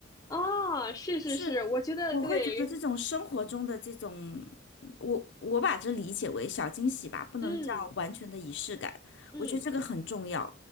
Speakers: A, on the left; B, on the left.
A: 啊，是是是，
B: 是。
A: 我觉得对，
B: 我会觉得这种生活中的这种，我我把这理解为小惊喜吧，不能叫完全的仪式感，
A: 嗯嗯。
B: 我觉得这个很重要。